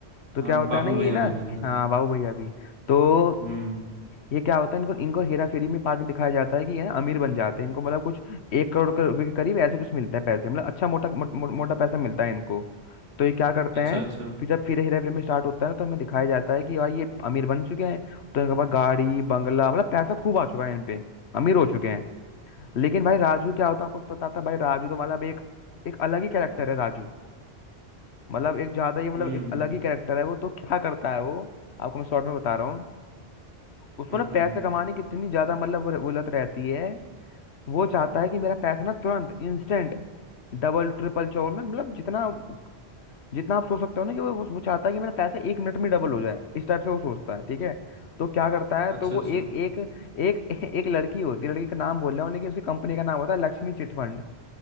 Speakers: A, on the left; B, on the right.
A: तो
B: हाँ
A: क्या होता
B: बाबू
A: है ना ये
B: भैया
A: ना
B: भी बोलते हैं
A: हाँ बाबू भैया भी तो
B: हम्म
A: ये क्या होता है इनको इनको हेरा फेरी में पार्ट में दिखाया जाता है कि ये ना अमीर बन जाते हैं इनको मतलब कुछ एक करोड़ के रुपए के करीब ऐसे कुछ मिलता है पैसे मतलब अच्छा मोटा मो, मो, मोटा पैसा मिलता है इनको तो ये क्या करते
B: अच्छा
A: हैं
B: अच्छा
A: फिर जब फिर हेरा फेरी में स्टार्ट होता है तो हमें दिखाया जाता है कि भाई ये अमीर बन चुके हैं तो इनके पास गाड़ी बंगला मतलब पैसा खूब आ चुका है इन पे अमीर हो चुके हैं लेकिन भाई राजू क्या होता है आपको पता था भाई राजू तो मतलब एक एक अलग ही कैरेक्टर है राजू मतलब एक ज्यादा ही मतलब
B: हम्म
A: एक अलग ही कैरेक्टर है वो तो क्या करता है वो आपको मैं शॉर्ट में बता रहा हूँ उसको
B: हम्म
A: ना
B: हम्म
A: पैसे
B: हम्म,
A: कमाने की इतनी ज्यादा मतलब वो वो लत रहती है वो चाहता है कि मेरा पैसा ना तुरंत इंस्टेंट डबल ट्रिपल चोर में मतलब जितना जितना आप सोच सकते हो ना कि वो वो वो चाहता है कि मेरा पैसा एक मिनट में डबल हो जाए इस टाइप से वो सोचता है ठीक है तो क्या करता है
B: अच्छा
A: तो वो
B: अच्छा
A: एक एक एक <laughs> एक लड़की होती है लड़की का नाम बोल रहा हूँ लेकिन उसकी कंपनी का नाम होता है लक्ष्मी चिट फंड